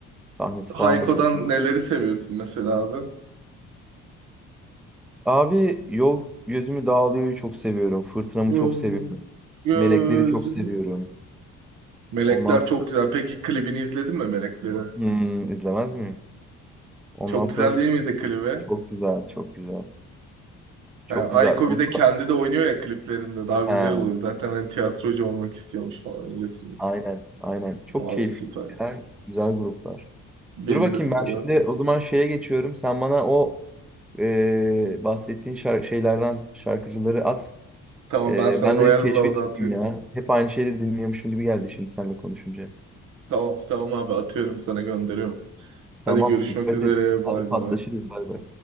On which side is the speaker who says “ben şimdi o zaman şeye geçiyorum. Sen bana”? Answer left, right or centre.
Centre